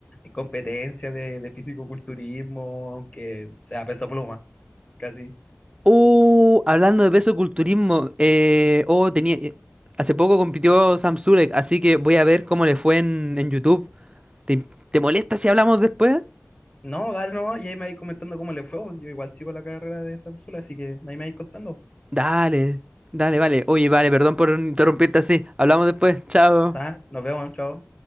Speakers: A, on the left (about 30°); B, on the right (about 20°).
A: competencia de, de fisicoculturismo, aunque sea peso pluma, casi.
B: Uh, hablando de peso de culturismo, eh, oh, tenía, eh, hace poco compitió Sam Zurek, así que voy a ver cómo le fue en, en YouTube. ¿Te, te molesta si hablamos después?
A: No, dale nomás, y ahí me vais comentando cómo le fue. pues, Yo igual sigo la carrera de Samsula, así que ahí me vais contando.
B: Dale, dale, vale. Oye, vale, perdón por interrumpirte así. Hablamos después. Chao.
A: Tá, nos vemos, chao.